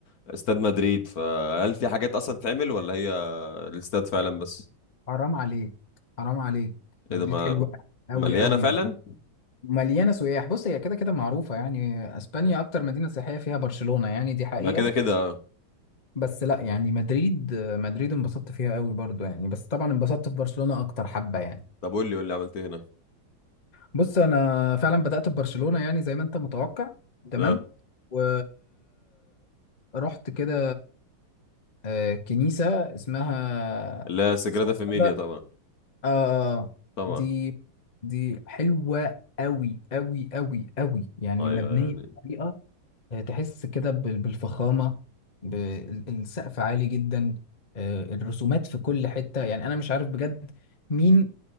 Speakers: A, on the left; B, on the left.
A: استاد مدريد فهل في حاجات اصلا تعمل ولا هي الاستاد فعلا بس
B: حرام عليك حرام عليك مدريد
A: ايه ده ما
B: حلوة قوي
A: مليانه
B: قوي
A: فعلا
B: ومليانة سياح بص هي كده كده معروفة يعني اسبانيا اكتر مدينة سياحية فيها برشلونة يعني دي حقيقة
A: ما كده كده آه.
B: بس لا يعني مدريد مدريد انبسطت فيها قوي برضو يعني بس طبعا انبسطت في برشلونة اكتر حبة يعني
A: طب قول لي قول لي عملت ايه
B: بص انا فعلا بدأت ببرشلونة يعني زي ما انت متوقع تمام
A: هنا
B: و رحت كده آه، كنيسة اسمها
A: لا سجرادة
B: سانتا
A: فاميليا طبعا
B: آه آه،
A: طبعا
B: دي دي حلوة قوي قوي قوي قوي يعني
A: ايوه
B: مبنية
A: يعني
B: بطريقة آه، تحس كده ب- بالفخامة ب- ال- السقف عالي جدا آه، الرسومات في كل حتة يعني أنا مش عارف بجد مين